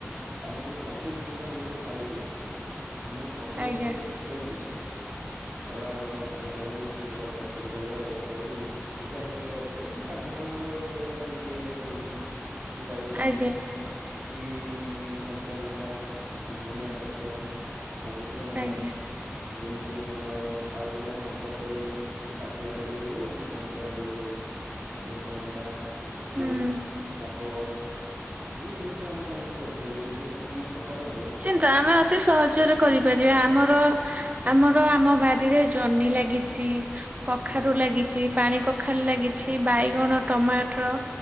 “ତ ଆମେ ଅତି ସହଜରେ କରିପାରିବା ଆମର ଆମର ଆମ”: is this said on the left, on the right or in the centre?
Right